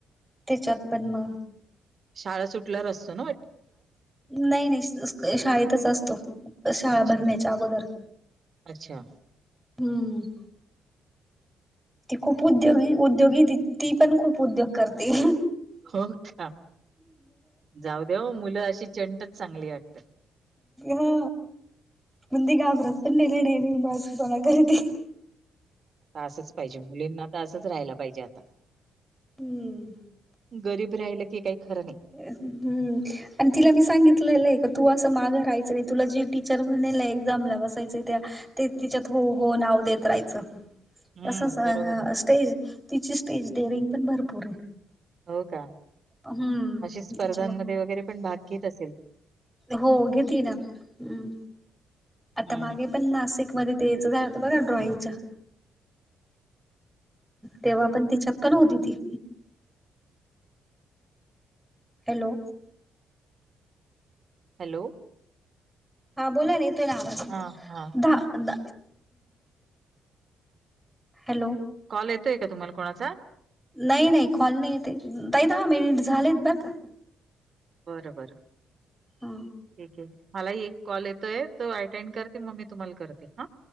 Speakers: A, in the centre; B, on the right (about 45°).
A: त्याच्यात पण मग
B: शाळा सुटल्यार असतोना?
A: नाही, नाही शाळेतच असतो शाळा
B: अच्छा,
A: भरण्याच्या अगोदर
B: अच्छा.
A: हम्म.. ती खूप उद्योगी, उद्योगी ती पण खूप उद्योग करते.
B: हो का जाऊ देऊ मुलं अशी चंटच चांगली वाटतात.
A: हा.. पण ती घाबरत पण नाही लय डेरिंगबाजपणा करती.
B: तर असंच पाहिजे मुलींना तर असं राहिला पाहिजे आता
A: हम्म
B: गरीब राहिलं की काही खरं नाही.
A: हम्म. आणि तिला मी सांगितलेलं आहे का तू असं मागं राहायचं नाही तुला जी टीचर म्हणेलना एक्झामला बसायचं त्या ते तिच्यात हो, हो नाव देत राहायच. कस
B: हं, बरोबर आहे.
A: स्टेज तिची स्टेज डेअरिंग पण भरपूर आहे.
B: हो का
A: हम्म
B: स्पर्धांमध्ये
A: त्याच्यामुळं
B: वगैरे पण भाग घेत असेल?
A: हो घेतीना हम्म आता
B: हं.
A: मागे पण नासिकमध्ये तेच झाल होत बघा ड्रॉइंगच्या तेव्हा पण तिच्यात पण होती ती. Hello..
B: hello.
A: हा बोला ना येतोय ना आवाजात
B: हां, हां.
A: दहा, द हॅलो.
B: कॉल येतोय का तुम्हाला कोणाचा?
A: नाही, नाही कॉल नाही येत हे ताई दहा मिनिट झालेत बरं का.
B: बर, बर ठीक
A: हा
B: आहे मलाही एक कॉल येतोय तो अटेंड करते मग मी तुम्हाला करते हा.